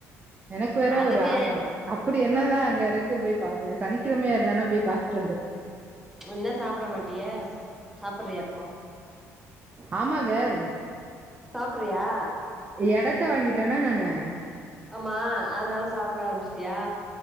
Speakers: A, on the right; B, in the centre.
A: எனக்கு வேற
B: அதுங்க
A: ஒரு ஆர்வ அப்புடி என்னதா அங்கருக்கு போய் பாப்பே சனிக்கிழமையா இல்லன்னா போய் பாத்தட்டு வந்துரு
B: ஒன்னா சாப்பிட மாட்டியா சாப்புட்றியா இர ப்போ
A: ஆமா கேர்ல்
B: சாப்புட்றியா
A: எடத்த வாங்கிட்டேனா நானு
B: ஆமா அதனால சாப்ட ஆரம்பிச்சிட்டியா